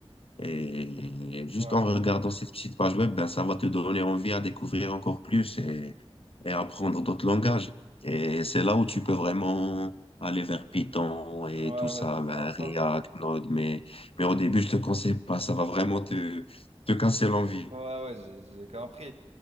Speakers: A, on the left; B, on the right.
A: Et juste
B: Ouais.
A: en regardant cette petite page web, ben, ça va te donner envie à découvrir encore plus et, et apprendre d'autres langages. Et c'est là où tu peux vraiment aller vers Python
B: Ouais,
A: et tout
B: ouais,
A: ça,
B: j'ai
A: ben,
B: compris.
A: React, Node. Mais, mais au début, je te conseille pas, ça va vraiment te, te casser l'envie.
B: Ouais, ouais, j'ai j'ai compris.